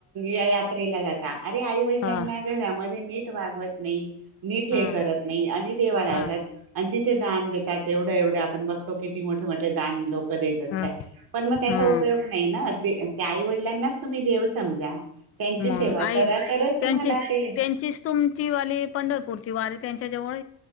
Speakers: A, on the right; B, on the left.
A: यात्रेला जाता अरे आई वडिलांना
B: हा
A: घरामध्ये नीट वागवत नाही. नीट हे
B: हा
A: करत नाही आणि देवाला
B: हा
A: यतात आणि तिथे दान देतात एवढं एवढ्या आपण बघ किती मोठं मोठं दाण लोकं देत असता,
B: हा
A: पण मग त्याचा
B: हा.
A: उपयोग नाही ना त्या आई वडिलांना च तुम्ही देव समजा. त्यांची
B: मग
A: सेवा
B: आई
A: करा तरच तुम्हाला
B: त्यांची
A: ते
B: त्यांचीच तुमची वाली पंढरपूरची वारी त्यांची त्याच्याजवळ